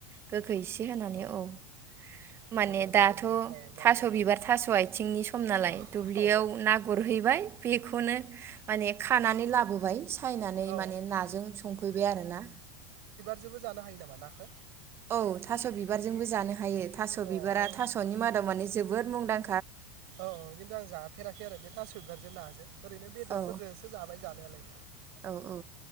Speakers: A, on the right; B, on the right.
A: गोखै इसे होनानै
B: औ
A: औ। माने
B: बरिया जायो
A: दाथ
B: आरो गोथाव जायो
A: थास
B: जानो
A: बिबार थास आइथिंनि सम नालाय
B: औ
A: दुब्लियाव
B: औ
A: ना गुरहैबाय बेखौनो माने खानानै लाब नुबाय सा सायनानै
B: औ
A: माने नाजों संफैबाय आरोना
B: जोबो जानो हायो नामा नाखो
A: औ थास बिबारजोंबो जानो हायो थास
B: औ
A: बिबारा
B: आं
A: थासनि मादाव मानि जोब जोबोद मुंदां
B: औ औ खिन्थु आं जाफेराखै आरो बे थास बिबार ना जों ओरैनो बेदरफोरजोंसो
A: औ
B: जाबाय जानायालाय
A: औ औ